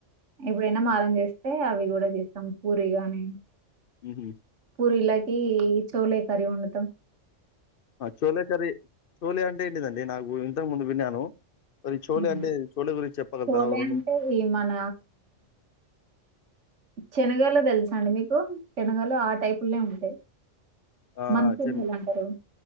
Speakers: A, on the right; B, on the left.
A: ఎప్పుడైనా మారం చేస్తే అవి కూడా చేస్తాం పూర గాని
B: మ్ హు
A: వీళ్ళకి చౌలే కరీ వండుతాం
B: చోలే కర్రి చోలే అంటే ఏంటిదండి నాకు ఇంతకు ముందు విన్నాను మరి చోలే
A: ఉమ్.
B: అంటే చోలే గురించి చెప్పగలుగుతారా
A: చోలే
B: ఓ రెండు
A: అంటే ఈ మన శనగలు తెలుసా అండి మీకు శనగలు ఆ టైపులనే ఉంటాయి
B: ఆ
A: మంచనిగలు
B: చెన్
A: అంటారు.